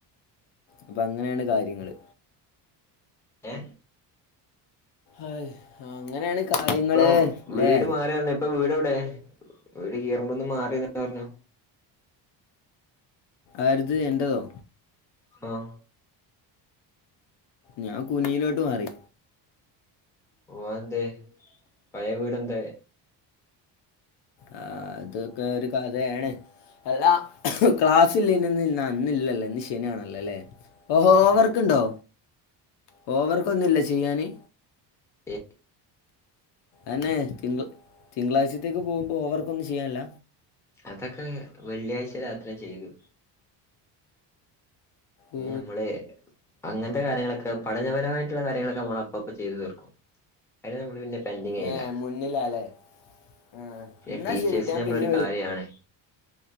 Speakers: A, on the left; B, in the centre.
A: അപ്പൊ അങ്ങനെയാണ് കാര്യങ്ങള്
B: ഏ
A: ആ അങ്ങനെയാണ് കാര്യങ്ങൾ
B: ഇപ്പൊ
A: അല്ലേ
B: വീട് മാറിഞ്ഞ ഇപ്പൊ വീട് എവിടെ വീട് കീറമ്പ ഒന്നും മാറി പറഞ്ഞു
A: ആരുത് എന്റതോ
B: ഓഹ്
A: ഞാൻ കുനിയിലോട്ട് മാറി
B: ഓ എന്ത പയ വീട്ന്താ
A: ആ അതൊക്കെ ഒരു കഥയാണ് അല്ല ക്ലാസ്ല്ലന്ന് അന്നില്ലല്ലോ ശനാണല്ലോ അല്ലേ ഓ ഹോവർക്ക് ഉണ്ടോ ഹോവർക്ക് ഒന്നുമല്ല ചെയ്യാാന്
B: ഹ
A: അന്നെ തി തിങ്കളാഴ്ചത്തേക്ക് പോകുമ്പോ ഓവർക്ക് ഒന്നും ചെയ്യാല്ല
B: അതൊക്കെ വെള്ളിയാഴ്ച രാത്ര ചെയ്തു
A: ഓ
B: നമ്മള് അങ്ങനത്തെ കാര്യങ്ങളൊക്കെ പഠനപരമായിട്ടുള്ള കാര്യങ്ങളൊക്കെ നമ്മള അപ്പപ്പ ചെയ്തു തീർക്കും അതിന് നമ്മള് പിന്നെ പെൻറിങ്ചെയ്യില
A: ഏ മുന്നിലല്ലേ ആ
B: പിന്നെ
A: എന്നാ
B: ടീച്ചേഴ്സ്
A: ശരി ട്ടോ, ഞാൻ
B: നമ്മളൊ
A: പിന്നെ
B: ഒരു കാര്യാണ്